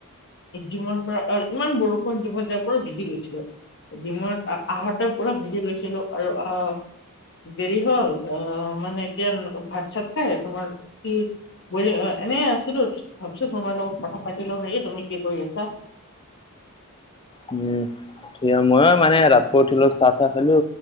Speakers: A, on the left; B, on the left.
A: জিমৰ পৰা আ- ইমান বৰষুণ দিবত যাৰ পৰা বিজি গৈছিল। জিমত আহতে পুৰা ভিজি গৈছিলো আৰু আহ দেৰি হ'ল অ মানে এতিয়া ভাত চাত খাই তোমাৰ কি বুলি অ এনে আছিলো ভাবিছো তোমাৰ লগত কথা পাতি লও নেকি, তুমি কি কৰি আছা?
B: উম তিয় ময় মানে ৰাতিপুৱা উঠিলো অ চাহ চাহ খালো।